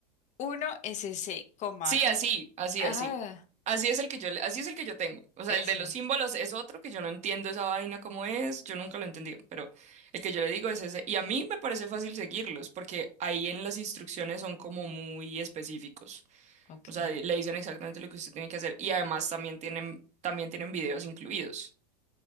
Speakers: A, on the left; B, on the right.
A: uno s SC, coma,
B: Sí, así, así,
A: ah,
B: así. Así es el que yo, le- así es el que yo tengo. O sea,
A: S.
B: el de los símbolos es otro que yo no entiendo esa vaina cómo es, yo nunca lo he entendido, pero el que yo le digo es ese. Y a mí me parece fácil seguirlos, porque ahí en las instrucciones son como muy específicos.
A: Ok.
B: O sea, le dicen exactamente lo que usted tiene que hacer y además también tienen, también tienen videos incluidos.